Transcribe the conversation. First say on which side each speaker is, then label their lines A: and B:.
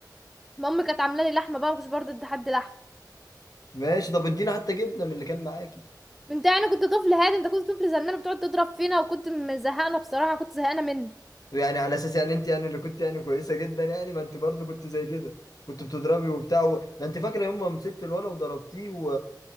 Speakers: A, in the centre; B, on the left (about 55°).
A: مامي كانت عاملة لي لحمة بقى ما كنتش برضه ادي حد لحمة
B: ماشي طب ادينا حتى جبنه من اللي كان معاكي
A: انت يعني كنت طفل هادي انت كنت طفل زنان بتقعد تضرب فينا وكنت مزهقنا بصراحة كنت زهقانة منك
B: يعني على اساس يعني انت يعني اللي كنت يعني كويسه جدا يعني ما انت برضه كنت زي كده كنت بتضربي وبتاع و... ده انت فاكره يوم ما مسكت الولا وضربتيه و...